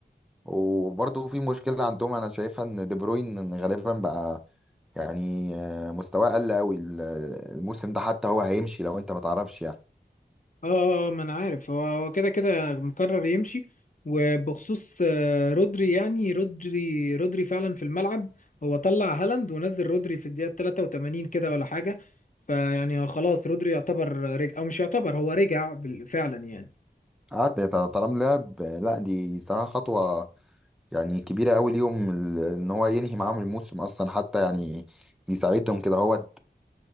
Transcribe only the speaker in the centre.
وبرضه في مشكله عندهم انا شايفها ان دي بروين غالبا بقى يعني آه، مستواه قل قوي ال- الموسم ده حتى هو هيمشي لو انت ما تعرفش يعني
قعد طالما لعب آه، لا دي صراحه خطوه يعني كبيرة أوي ليهم ال- إن هو ينهي معاهم الموسم أصلا حتى يعني يساعدهم كده هو